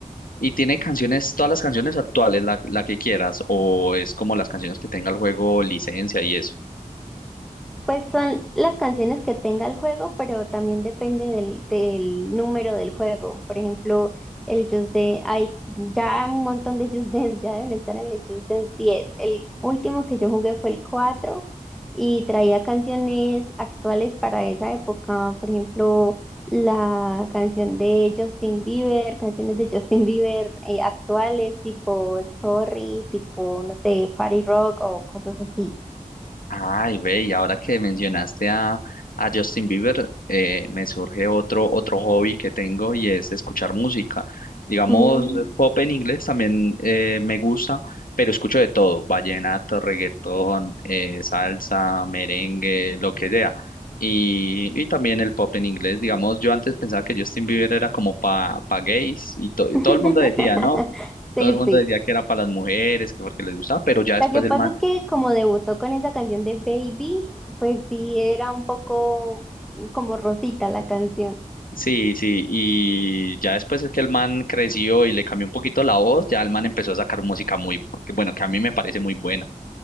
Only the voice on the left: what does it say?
¿Y tiene canciones, todas las canciones actuales, la, la que quieras, o es como las canciones que tenga el juego licencia y eso?
Ay, ve, y ahora que mencionaste a, a Justin Bieber, eh, me surge otro, otro hobby que tengo y es escuchar música. Digamos,
pop en inglés también eh, me gusta, pero escucho de todo, vallenato, reggaetón, eh, salsa, merengue, lo que sea. Y, y también el pop en inglés, digamos, yo antes pensaba que Justin Bieber era como para pa pa gays y, to- y
todo el mundo decía, ¿no?
Todo el mundo
decía que era para las mujeres, que porque les gustaba, pero ya
después
el man
Sí, sí, y ya después es que el man creció y le cambió un poquito la voz, ya el man empezó a sacar música muy, que bueno, que a mí me parece muy buena.